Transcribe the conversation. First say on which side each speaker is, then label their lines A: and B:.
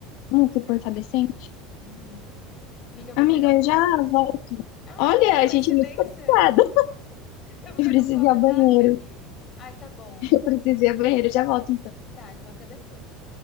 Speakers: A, on the left; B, on the left.
A: Não, Uma supercadecente?
B: Uhum. Amiga, eu vou
A: Amiga,
B: pegar
A: eu
B: um copo.
A: já volto.
B: Ah,
A: Olha,
B: olha, coincidência!
A: a gente é muito conectada.
B: <laughs> Eu vou
A: Eu
B: pegar
A: preciso
B: um copo
A: ir ao
B: d'água
A: banheiro.
B: ali. Ai, tá bom.
A: Eu preciso ir ao banheiro. Já volto.
B: Tá, então até depois.